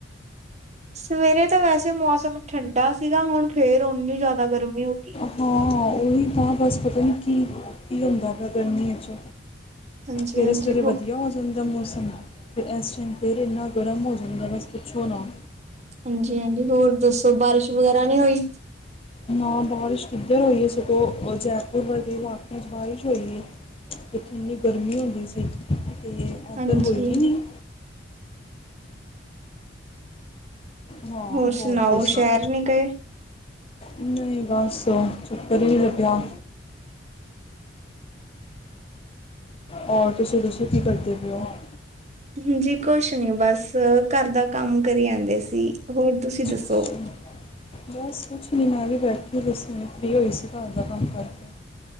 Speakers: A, on the right (about 35°); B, on the left (about 30°).
A: ਸਵੇਰੇ ਤਾਂ ਵੈਸੇ ਮੌਸਮ ਠੰਡਾ ਸੀਗਾ। ਹੁਣ ਫੇਰ ਉਨੀ ਜ਼ਿਆਦਾ ਗਰਮੀ ਹੋ ਗਈ।
B: ਹਾਂ- ਹਾਂ ਉਹੀ ਤਾਂ ਬਸ ਪਤਾ ਨੀ ਕੀ- ਕੀ ਹੁੰਦਾ ਪਿਆ ਗਰਮੀਆਂ ਚ।
A: ਹਾਂਜੀ
B: ਸਵੇਰੇ-
A: ਹਾਂਜੀ
B: ਸਵੇਰੇ ਵਧੀਆ ਹੋ- ਹੁੰਦਾ ਦਾ ਮੌਸਮ ਫੇਰ ਇਸ ਟਾਈਮ ਫੇਰ ਇੰਨਾ ਗਰਮ ਹੋ ਜਾਂਦਾ ਬਸ ਪੁੱਛੋ ਨਾ।
A: ਹਾਂਜੀ- ਹਾਂਜੀ ਹੋਰ ਦੱਸੋ ਬਾਰਿਸ਼ ਵਗ਼ੈਰਾ ਨੀ ਹੋਈ?
B: ਨਾ ਬਾਰਿਸ਼ ਕਿੱਧਰ ਹੋਈ ਹੈ। ਸਗੋ ਜੈਪੁਰ ਵਰਗੇ ਇਲਾਕਿਆਂ 'ਚ ਬਾਰਿਸ਼ ਹੋਈ ਐ। ਕਿੰਨੀ ਗਰਮੀ ਹੋ ਗਈ ਸੀ। ਤੇ ਉੱਧਰ
A: ਹਾਂਜੀ
B: ਹੋਈ ਹੀ ਨਹੀਂ। ਹਾਂ
A: ਹੋਰ ਸੁਣਾਓ
B: ਦੱਸੋ
A: ਸ਼ਹਿਰ ਨੀ ਗਏ?
B: ਨਹੀਂ ਬਸ ਚੱਕਰ ਨੀ ਲੱਗਿਆ। ਹੋਰ ਤੁਸੀਂ ਦੱਸੋ ਕੀ ਕਰਦੇ ਪਏ ਹੋ?
A: ਹਜੀ ਕੁਛ ਨੀ ਬਸ ਘਰ ਦਾ ਕੰਮ ਕਰੀ ਜਾਂਦੇ ਸੀ ਹੋਰ ਤੁਸੀਂ
B: ਅੱਛਾ
A: ਦੱਸੋ?
B: ਅੱਛਾ ਬਸ ਕੁਛ ਨੀ ਮੈਂ ਵੀ ਬੈਠੀ ਸੀ। ਫਰੀ ਹੋਈ ਸੀ, ਘਰ ਦਾ ਕੰਮ ਕਰਕੇ।